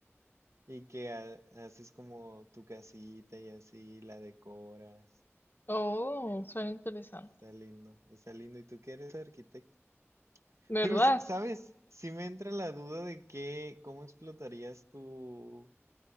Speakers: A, on the right; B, on the left.
A: y que ha- haces como tu casita y así la decoras.
B: Oh, suena interesante.
A: Está lindo, está lindo. ¿Y tú que eres arquitecto?
B: ¿Verdad?
A: Pero, s- ¿sabes? Si me entra la duda de qué, cómo explotarías tu,